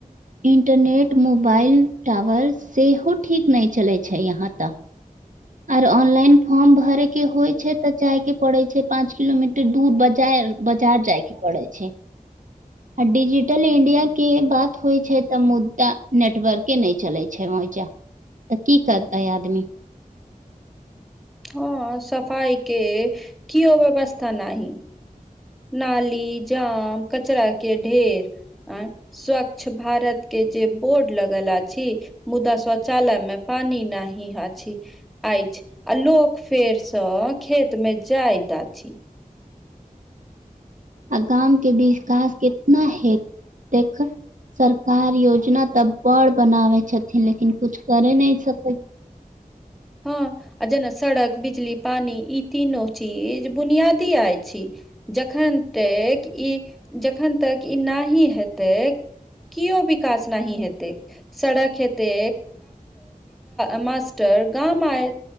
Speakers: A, on the right (about 60°); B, in the centre.
A: इंटरनेट मोबाइल टावर सेहो ठीक नहि चलै छै यहाँ तक आर ऑनलाइन फॉर्म भरे के होय छै ते जाय के पड़े छै पांच किलोमीटर दूर बजार बजार जायके पड़ै छै
B: <inaudible>
A: आ डिजिटल इंडियााक के बात होइ छै तऽ मुद्दा नेटवर्के नहि चलै छै तऽ की करतै आदमी
B: हँ सफाइक कोनो व्यवस्था नहि नाली जाम कचरा के ढेर अं स्वच्छ भारत के जे बोर्ड लगल अछि मुदा शौचालय मे पानी नहि अछि आछी फेरसँ खेत मे जाइत आछि
A: आ गामक विकास कतेक अछि देखू सरकार योजना तऽ बड़ बनाबै छथिन लेकिन कुछ करय न सकत
B: हँ आ जेना सड़क बिजली आ पानि ई तीनू बुनियादी छी जखन तक ई जखन तक ई न है <unintelligible> हेतै केओ विकास नहि हेतै सड़क हेतै मास्टर गाम आय